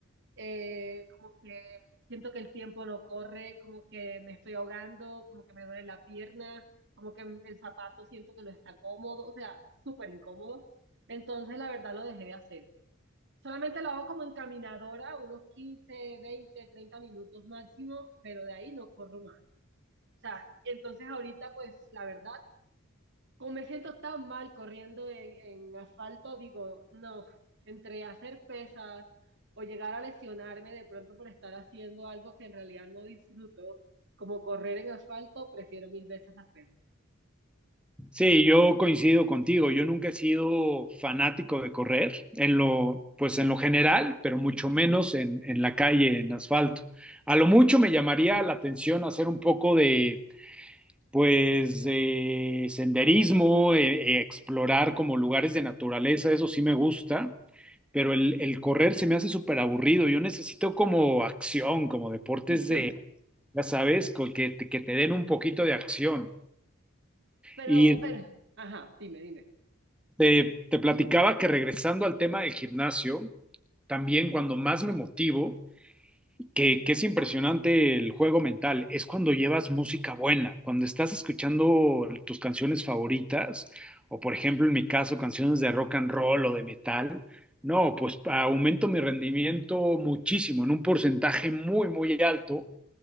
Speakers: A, on the right; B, in the centre.
A: Eh, como que siento que el tiempo no corre, como que me estoy ahogando, como que me duele la pierna, como que el zapato siento que no está cómodo, o sea, es súper incómodo. Entonces, la verdad lo dejé de hacer. Solamente lo hago como encaminadora, unos 15, 20, 30 minutos máximo, pero de ahí no corro más. O sea, entonces ahorita pues la verdad, como me siento tan mal corriendo en, en asfalto, digo, no, entre hacer pesas o llegar a lesionarme de pronto por estar haciendo algo que en realidad no disfruto, como correr en asfalto, prefiero mil veces las pesas.
B: Sí, yo coincido contigo. Yo nunca he sido fanático de correr en lo, pues en lo general, pero mucho menos en, en la calle, en asfalto. A lo mucho me llamaría la atención hacer un poco de Pues eh, senderismo, eh, eh, explorar como lugares de naturaleza, eso sí me gusta, pero el, el correr se me hace súper aburrido. Yo necesito como acción, como deportes
A: <laughs>
B: de, ya sabes, co- que, te- que te den un poquito de acción.
A: Pero,
B: Y
A: pero, ajá, dime, dime.
B: te, te platicaba que regresando al tema del gimnasio, también cuando más me motivo que, que es impresionante el juego mental, es cuando llevas música buena, cuando estás escuchando tus canciones favoritas, o por ejemplo en mi caso canciones de rock and roll o de metal, no, pues aumento mi rendimiento muchísimo, en un porcentaje muy, muy alto,